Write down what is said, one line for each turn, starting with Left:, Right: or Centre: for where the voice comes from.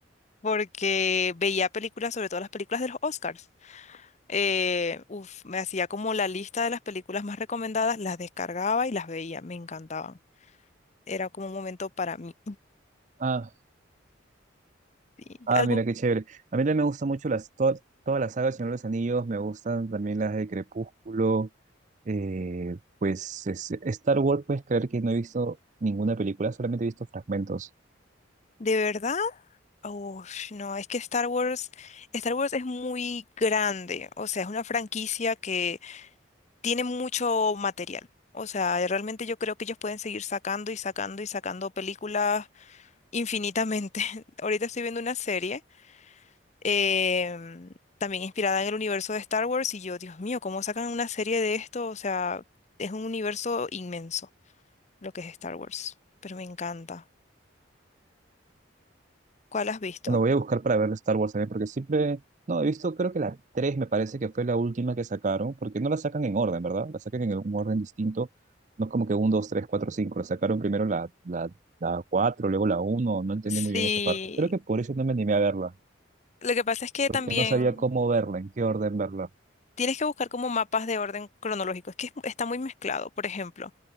Left: porque veía películas, sobre todo las películas de los Oscars. Eh, uf, me hacía como la lista de las películas más recomendadas, las descargaba y las veía, me encantaban. Era como un momento para mí.
Right: Ah,
Left: Sí,
Right: ah,
Left: Algo,
Right: mira, qué chévere. A mí también me gustan mucho las, to- todas las sagas del Señor de los Anillos. Me gustan también las de Crepúsculo. Eh, pues es- Star Wars, puedes creer que no he visto ninguna película, solamente he visto fragmentos.
Left: ¿de verdad? Uf, no, es que Star Wars, Star Wars es muy grande, o sea, es una franquicia que tiene mucho material. O sea, eh, realmente yo creo que ellos pueden seguir sacando y sacando y sacando películas infinitamente. <laughs> Ahorita estoy viendo una serie em, también inspirada en el universo de Star Wars y yo, Dios mío, ¿cómo sacan una serie de esto? O sea, es un universo inmenso lo que es Star Wars, pero me encanta. ¿Cuál has visto?
Right: Lo voy a buscar para ver Star Wars también, porque siempre, no, he visto, creo que la 3 me parece que fue la última que sacaron, porque no la sacan en orden, ¿verdad? La sacan en un orden distinto, no es como que 1, dos tres cuatro cinco la sacaron primero la, la, la cuatro luego la uno no entendí
Left: Sí,
Right: muy bien esa parte. Creo que por eso no me animé a verla,
Left: lo que pasa es que
Right: porque
Left: también
Right: no sabía cómo verla, en qué orden verla.
Left: tienes que buscar como mapas de orden cronológico, es que es- está muy mezclado. Por ejemplo,